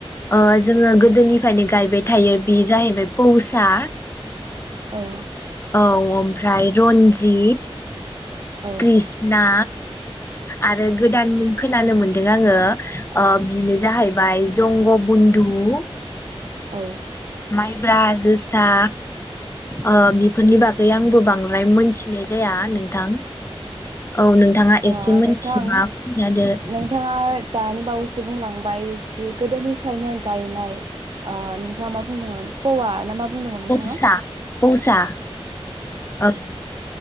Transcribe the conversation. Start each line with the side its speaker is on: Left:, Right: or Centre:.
Left: ओ जोङो गोदोनिफायनो गायबाय थायो बि जाहैबाय पौसा
Right: औ
Left: औ ओमफ्राय रन्जित
Right: औ
Left: कृष्णा आरो गोदान खो नानो मोनदों आङो ओ बिनो जाहैबाय जंग बुन्दु दु
Right: औ
Left: माइब्रा ज जोसा ओ बिफोरनि बागै आंबो बांद्राय मोनथिनाय जाया। नोंथां औ नोंथाङा
Right: ओ
Left: एसे मोनथिबा
Right: नोंथां
Left: फोरमायना होदो।
Right: नोंथाङा दानि बावैसो बुंलांबाय जि गोदोनिफ्रायनो गायनाय नोंथांङा मा बुंदोंमोन पवा ना मा बुंदोंमोन नोंथाङा
Left: पौसा पौसा औ